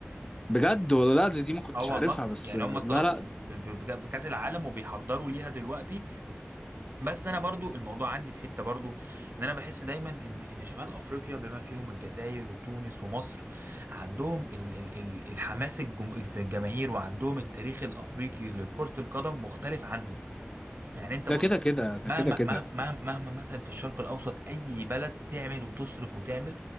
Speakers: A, on the left (about 20°); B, on the right (about 60°).
A: بجد ولا لا دي دي ما كنتش
B: اه والله
A: عارفها بس
B: يعني
A: آه،
B: هما استضافوا
A: لا لا
B: ب- ب- بك- بكاس العالم وبيحضروا ليها دلوقتي بس انا برضو الموضوع عندي في حته برضو ان انا بحس دايما ان ان شمال افريقيا بما فيهم الجزائر وتونس ومصر عندهم ال ال ال الحماس الجم في الجماهير وعندهم التاريخ الافريقي لكره القدم مختلف عنهم يعني انت
A: ده
B: بص
A: كده كده ده
B: مهما
A: كده كده
B: مهما مهما مهما مثلا في الشرق الاوسط اي بلد تعمل وتصرف وتعمل